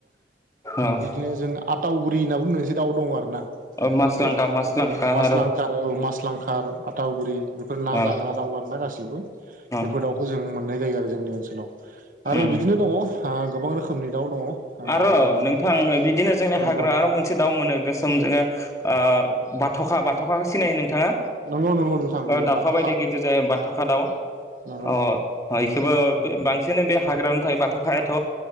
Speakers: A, on the left; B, on the right.
A: ओ
B: बे जों आतावगुरि होनना बुङो मोनसे दाव दङ आरो ना
A: अ मासलांखा
B: बे
A: मासलांखा
B: औ मासलां
A: आरो
B: खार औ मास लांखार आथाउगुरि बेफोर ना
A: अ
B: जाग्रा दाउ आरना गासिबो।
A: अ
B: बेफोर दाउखौ जों मोननाय जायो आरो जोंनि ओनसोलाव आरो
A: उम
B: बिदिनो दङ आ गोबां रोखोमनि दाउ दङ
A: आर'
B: हाग्रायाव मोननाय
A: नोंथां बिदिनो जोंनि
B: नंगौ
A: हाग्रा आरो मोन से दाउ मोनो गोसोम जोङो ओ बाथ'खा बाथ'खाखो सिनायो नोंथाङा?
B: नंगौ नंगौ नोंथां
A: औ दाउखा
B: बाथ'खा
A: बायदि गिदिर जायो बाथ'खा दाउ
B: नंगौ
A: अ। अ इखोबो बांसिन बे हाग्रायावनो थायो बे‌ बाथ'खायाथ'